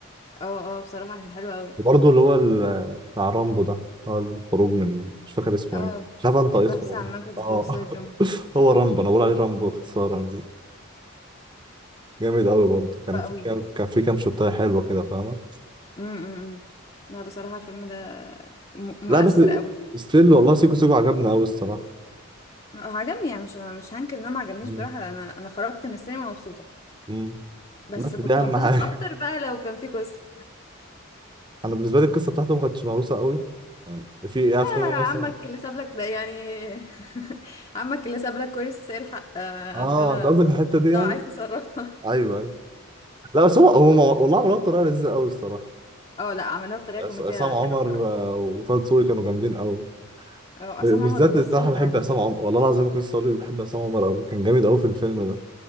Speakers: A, on the left; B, on the right.
A: اه اه بصراحه كان حلو قوي
B: وبرضه اللي هو ال- بتاع رامبو ده هو الخروج من مش فاكر اسمه
A: اه
B: ايه مش عارف انت اسمه
A: البحث
B: والله
A: عن منفذ
B: اه
A: لخروج السيد رامبو
B: <laughs> هو رامبو انا بقول عليه رامبو اختصارا دي جامد قوي برضه
A: حلو
B: كان في
A: قوي
B: كام كان في كام شوتايه حلوه كده فاهمه
A: امم إمم، إمم. لا بصراحه الفيلم ده م-
B: لا
A: مؤثر
B: بس
A: قوي
B: ستيل والله سيكو سيكو عجبني قوي الصراحه
A: هو عجبني يعني مش مش هنكر ان انا ما عجبنيش
B: مم.
A: بصراحه انا انا خرجت من السينما مبسوطه
B: مم.
A: بس
B: بس
A: كنت
B: دي اهم
A: هتبسط
B: حاجه
A: اكتر بقى لو كان في قصه
B: <laughs> انا بالنسبه لي القصه بتاعته ما كانتش مهروسه قوي يعني في إيه
A: آه
B: افلام ايه
A: <laughs> عمك
B: مثلا
A: اللي سابلك ده يعني <laughs> عمك اللي سابلك ورث الحق آه
B: اه
A: عندنا
B: انت قصدك الحته دي يعني
A: ده عايز تصرف
B: ايوه ايوه لا بس هو هو مو- والله عملوها بطريقه لذيذه قوي الصراحه
A: اه لا عملوها بطريقه
B: عص-
A: كوميديا
B: عصام عمر
A: حلوه بصراحه
B: آه، وطه دسوقي كانوا جامدين قوي
A: اه
B: ب-
A: عصام
B: بالذات
A: عمر ممثل
B: الصراحه بحب
A: عالمي
B: عصام عمر والله العظيم كنت لسه اقول لك بحب عصام عمر قوي كان جامد قوي في الفيلم ده